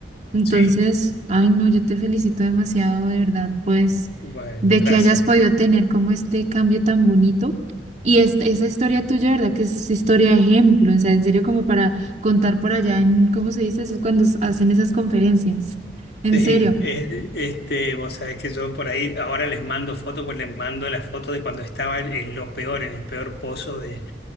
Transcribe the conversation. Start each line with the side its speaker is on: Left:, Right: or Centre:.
Right: Entonces,
Left: Sí,
Right: ay no, yo te felicito demasiado, de verdad, pues,
Left: bueno,
Right: de
Left: gracias.
Right: que hayas podido tener como este cambio tan bonito. Y esta, esa historia tuya, ¿verdad? Que es historia de ejemplo, o sea, en serio, como para contar por allá en, ¿cómo se dice eso? es Cuando s- hacen esas conferencias, en
Left: Sí,
Right: serio,
Left: es- este, vos sabés que yo por ahí ahora les mando fotos, pues les mando la foto de cuando estaba en lo peor, en el peor pozo de,